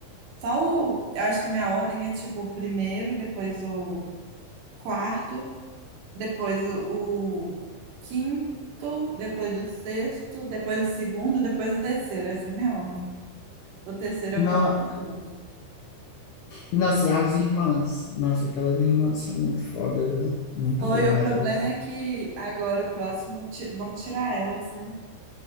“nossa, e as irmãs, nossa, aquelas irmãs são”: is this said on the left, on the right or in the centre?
Left